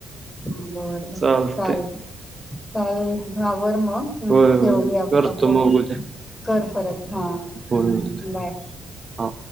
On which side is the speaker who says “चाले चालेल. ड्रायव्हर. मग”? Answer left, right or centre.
Left